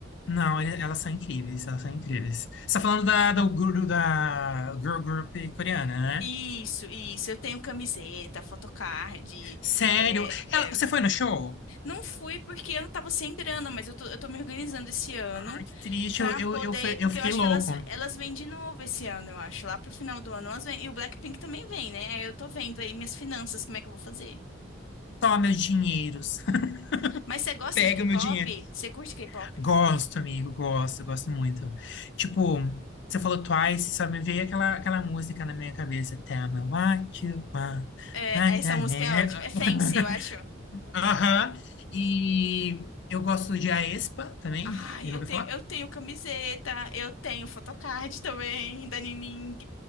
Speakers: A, on the left (about 60°); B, on the left (about 85°).
A: Não, ele- elas são incríveis, elas são incríveis. Você tá falando da, do guru da girl group coreana, né?
B: Isso, isso. Eu tenho camiseta, photocard.
A: Sério?
B: é,
A: Ela- Você
B: é.
A: foi no show?
B: Não fui porque eu não tava sem grana, mas eu tô, eu tô me organizando esse ano.
A: Ai, que triste,
B: Pra
A: eu, eu,
B: poder,
A: eu, fe- eu
B: porque
A: fiquei
B: eu acho
A: louco.
B: que elas, elas vêm de novo esse ano, eu acho. Lá pro final do ano elas vêm. E o Blackpink também vem, né? Aí eu tô vendo aí minhas finanças, como é que eu vou fazer.
A: Toma meus dinheiros. <laughs>
B: Mas você gosta
A: Pega
B: de K-pop?
A: meu dinheiro.
B: Você curte K-pop?
A: Gosto, amigo, gosto, gosto muito. Tipo, você falou Twice, só me veio aquela, aquela música na minha cabeça. Tell me what you want.
B: É,
A: What
B: essa
A: you
B: música
A: need.
B: é ótima. É Fancy,
A: <laughs>
B: eu acho.
A: Aham. E eu gosto de aespa também.
B: Ai,
A: Já
B: eu
A: ouvi
B: tenho,
A: falar?
B: eu tenho camiseta, eu tenho photocard também, da Nining.